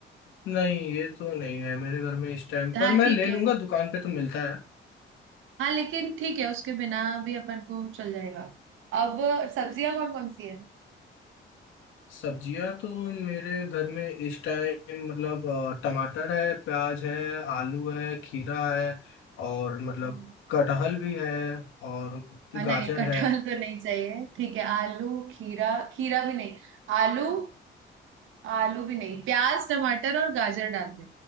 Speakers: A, on the left (about 90°); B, on the right (about 80°).
A: नहीं ये तो नहीं है मेरे घर में इस टाइम पर
B: हाँ
A: मैं
B: ठीक
A: ले
B: है
A: लूंगा दुकान पे तो मिलता है
B: हाँ लेकिन ठीक है उसके बिना भी अपन को चल जाएगा अब सब्जियां कौन कौन सी
A: सब्जियां तो मेरे घर में इस टाइम मतलब आ, टमाटर है प्याज है आलू है खीरा है और मतलब
B: है
A: कटहल भी है और
B: हाँ,
A: गाजर
B: नहीं कटहल
A: है
B: तो नहीं चाहिए ठीक है आलू खीरा खीरा भी नहीं आलू आलू भी नहीं प्याज टमाटर और गाजर डाल दे